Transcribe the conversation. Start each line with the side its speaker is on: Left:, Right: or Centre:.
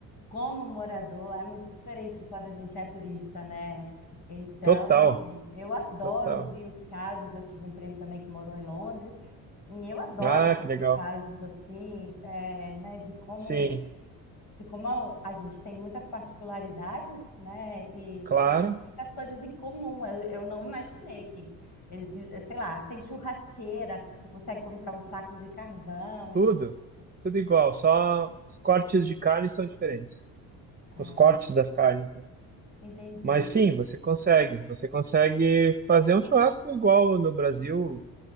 Left: como morador, é muito diferente de quando a gente é turista, né? Então,
Right: Total,
Left: eu adoro
Right: total.
Left: ouvir os casos. Eu tive um primo também que morou em Londres, e eu adoro
Right: Ah,
Left: ouvir
Right: que legal.
Left: os casos assim, é, né, de como
Right: Sim,
Left: de como a a gente tem muitas particularidades, né, e,
Right: claro.
Left: e muitas coisas em comum. Eu, eu não imaginei que, exi- sei lá, tem churrasqueira, que você consegue comprar um saco de carvão.
Right: Tudo,
Left: e-
Right: tudo igual, só os cortes de carne são diferentes.
Left: Ah,
Right: Os cortes
Left: é.
Right: das carnes, né?
Left: Entendi.
Right: Mas sim, você consegue. Você consegue fazer um churrasco igual no Brasil.